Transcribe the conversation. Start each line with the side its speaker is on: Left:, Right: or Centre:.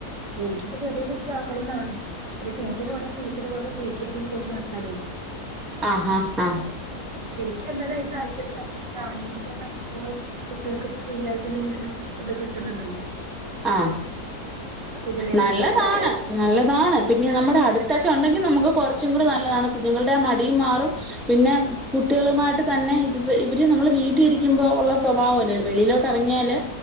Right: എനിക്കിപ്പ ചെറിയ കുട്ടിയെ ആക്കണം എന്നാണ് പിന്നെ ടീച്ചർ പ ടീച്ചർ പറഞ്ഞു പ്രീ കെജില് കൊണ്ട് ചേർക്കാനെയ്യ്
Centre: ആഹ് ഹ ഹ.
Right: ഇക്ക് എന്തായാലും അതിന് താല്പര്യല്ല നമുക്കിപ്പോ ഗവൺമെന്റിന്റെ കുട്ടികൾക്ക് ഫ്രീയായിട്ടിയൊരു ഇത് കിട്ടുന്നുണ്ടല്ലോ
Centre: ആഹ്
Right: അപ്പൊ ഇതല്ലേ
Centre: നല്ലതാണ്.
Right: നല്ലത്
Centre: നല്ലതാണ് പിന്നെ നമ്മുടെ അടുത്തൊക്കെ ഉണ്ടെങ്കിൽ നമുക്ക് കുറച്ചുംകൂടെ നല്ലതാണ് കുഞ്ഞുങ്ങളുടെ മടിയും മാറും പിന്നെ കുട്ടികളുമായിട്ട് തന്നെ ഇ ഇവര് നമ്മള് വീട്ടിൽ ഇരിക്കുമ്പോ ഉള്ള സ്വഭാവം അല്ലല്ലോ വെളിയിലോട്ട് പറഞ്ഞാല്